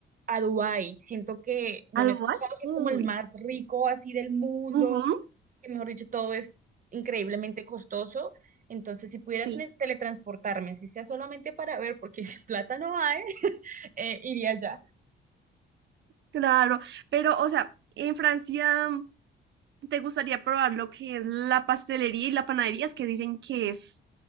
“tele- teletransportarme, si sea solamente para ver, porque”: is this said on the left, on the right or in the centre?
Right